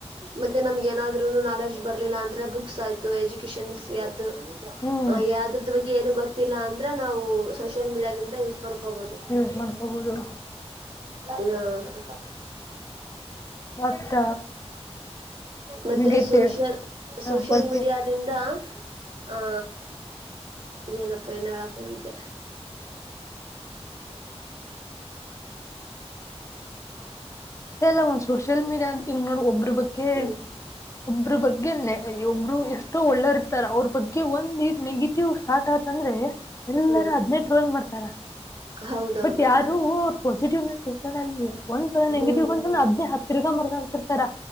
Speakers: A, on the right (about 55°); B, on the left (about 25°).
A: ಮತ್ತೆ ನಮ್ಗ್ ಏನಾದ್ರು ನುನು ನಾಲೆಜ್ ಬರ್ಲಿಲ್ಲ ಅಂದ್ರೆ ಬುಕ್ಸ್ ಆಯ್ತು ಎಜುಕೇಶನ್ ದು,
B: ಹ್ಮ್
A: ಯಾದೃದ್ ಬಗ್ಗೆ ಏನು ಗೊತ್ತಿಲ್ಲ ಅಂದ್ರೆ ನಾವು ಸೋಷಿಯಲ್ ಮೀಡಿಯಾದಿಂದ ನೊಡ್ಕೋಬೋದು,
B: ಯೂಸ್ ಮಾಡ್ಕೋಬೋದು
A: ಹಾ
B: ಮತ್ತ
A: ಮತ್ತೆ
B: ನೆಗೆಟಿವ್
A: ಸೋಶ್ಯಲ್,
B: ಹ
A: ಸೋಶ್ಯಲ್
B: ಪಾಸಿಟಿವ್
A: ಮೀಡಿಯಾದಿಂದ
B: ಅಷ್ಟೇ
A: ಆಹ್ ಹಾ ಏನಪ್ಪಾ ಏನೊ ಹೇಳಕ್ ಹೋಗಿದ್ದೆ
B: ಇದೆಲ್ಲ ಒಂದ್ ಸೋಷಿಯಲ್ ಮೀಡ್ಯಾ ಇಂಗ್ ನೋಡು ಒಬ್ರ್ ಬಗ್ಗೆ
A: ಹ್ಮ್
B: ಒಬ್ರ್ ಬಗ್ಗೆ ನೆ ಒಬ್ರು ಎಷ್ಟೋ ಒಳ್ಳೆಹೋರ್ ಇರ್ತಾರ, ಅವ್ರ್ ಬಗ್ಗೆ ಒಂದ್ ಇದ್ ನೆಗೆಟಿವ್ ಸ್ಟಾರ್ಟ್ ಆ ಅಂದ್ರೆ ಎಲ್ಲರ
A: ಹ್ಮ್
B: ಅದ್ನೇ ಟ್ರೊಲ್ ಮಾಡ್ತಾರ,
A: ಹೌದೌದೌದೌದು
B: ಬಟ್ ಯಾರೂ ಹೂ ಪಾಸಿಟಿವ್ಸ್ ಸಲ ಅಲ್ಲಿ ಒಂದ್ಸಲ ನೆಗೆಟಿವ್
A: ಹ್ಮ್
B: ಅಂದಲ ಹದ್ೇ ಹಿಗಾ ಮರಗ ಹಾತಿರ್ತಾರ